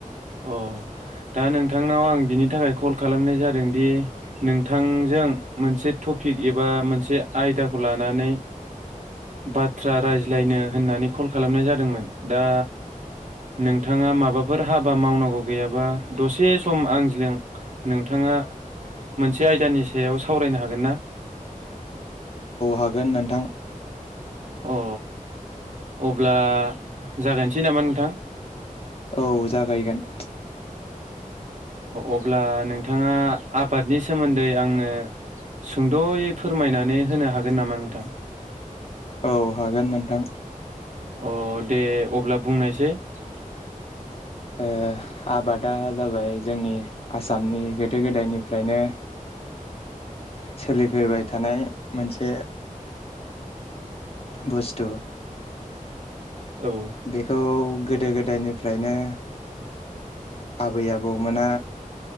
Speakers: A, on the right; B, on the left.
A: अ दा नोंथांनाव आं बिनि थाखाय कल खालामनाय जादोंदि नोंथांजों मोनसे टपिक एबा मोनसे आयदाखौ लानानै बाथ्रा रायज्लायनो होननानै कल खालामनाय जादोंमोन दा नोंथाङा माबा फोर हाबा मावनांगौ गैयाबा दसे सम आंजों नोंथाङा मोनसे आयदानि सायाव सावरायनो हागोन ना?
B: हागोन नोंथां
A: अ अब्ला जागायनोसै नामा नोंथां?
B: औ जागायगोन
A: अब्ला नोंथाङा आबादनि सोमोन्दै आंनो सुंद'यै फोरमायनानै होनो हागोन नामा नोंथां?
B: औ हागोन नोंथां।
A: अ दे अब्ला बुंनायसै ।
B: ओ आबादा जाबाय जोंनि आसामनि गोदो गोदायनिफ्रायनो सोलिफैबाय थानाय मोनसे बुस्थु ।
A: औ
B: बेखौ गोदो गोदायनिफ्रायनो आबै आबौमोना